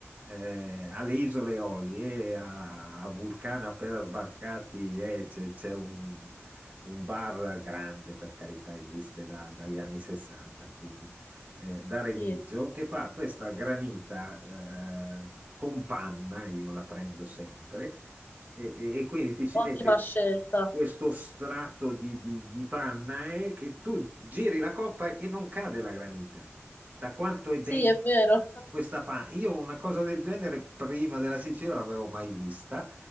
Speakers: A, on the right (about 35°); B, on the left (about 40°).
A: eh, alle Isole Eolie, a, a Vulcano appena sbarcati, eh, c'è c'è un un bar grande, per carità, esiste da- dagli anni 60, quindi eh, da Remigio,
B: sì,
A: che fa questa granita eh, con panna, io la prendo sempre, e, e- e quindi ti ci
B: ottima
A: mette
B: scelta.
A: questo strato di, di- di panna eh, che tu giri la coppa e non cade la granita. Da quanto è
B: Sì,
A: dentro
B: è vero.
A: questa panna? Io una cosa del genere prima della Sicilia non l'avevo mai vista.